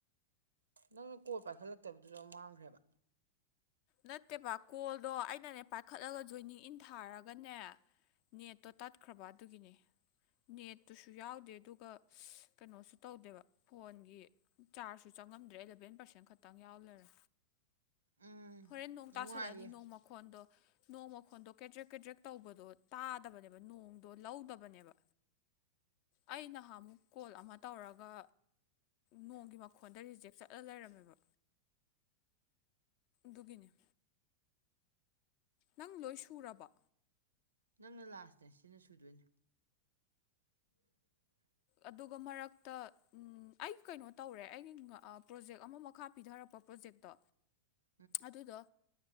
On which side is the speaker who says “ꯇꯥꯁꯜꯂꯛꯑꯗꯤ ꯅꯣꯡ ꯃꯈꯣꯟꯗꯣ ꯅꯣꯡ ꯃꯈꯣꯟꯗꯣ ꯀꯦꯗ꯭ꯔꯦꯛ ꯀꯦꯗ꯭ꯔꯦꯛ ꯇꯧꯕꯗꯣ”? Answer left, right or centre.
Left